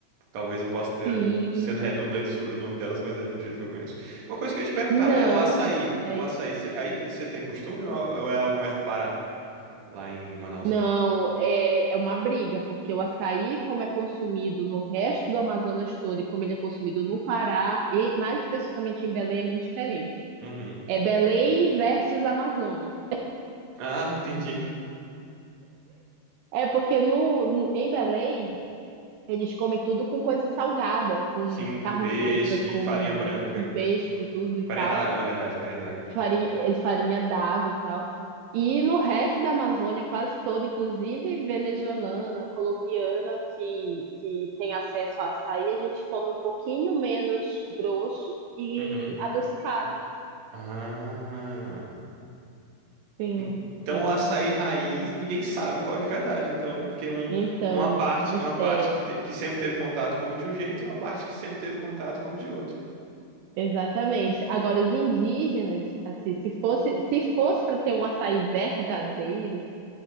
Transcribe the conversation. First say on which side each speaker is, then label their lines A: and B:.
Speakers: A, on the right (about 60°); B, on the right (about 80°).
A: Talvez eu possa ter
B: sim,
A: sendo redundante sobre o nome delas, mas é o jeito que eu conheço. Uma coisa que eu ia te perguntar
B: não,
A: é o açaí.
B: é
A: O açaí,
B: isso mesmo.
A: cê- aí te- você tem costume ou ou é algo mais do Pará? lá em Manaus.
B: Não, é, é uma briga, porque o açaí, como é consumido no resto do Amazonas todo e como ele é consumido no Pará, e mais especificamente em Belém, é muito diferente.
A: Uhum.
B: É Belém versus Amazônia.
A: Ah, <laughs> entendi.
B: É porque no, no- em Belém Eles comem tudo com coisa salgada, com
A: Sim, com
B: carne
A: peixe
B: seca, com,
A: e farinha branca.
B: com peixe, com tudo e
A: Farinha
B: tal,
A: d'água, na verdade, farinha d'água.
B: farinha, é, farinha d'água e tal. E no resto da Amazônia, quase toda, inclusive venezuelana, colombiana, que, que tem acesso a açaí, a gente come um pouquinho menos grosso e
A: Uhum.
B: adocicado.
A: Ah,
B: Sim,
A: en- então
B: sim.
A: o açaí raiz, ninguém sabe qual é o de verdade, então, né? Porque um,
B: Então,
A: uma parte,
B: mistério.
A: uma parte que, te- que sempre teve contato come de um jeito e uma parte que sempre teve contato come de outro.
B: Exatamente. Agora, os indígenas, assim, se fosse, se fosse para ter um açaí verdadeiro,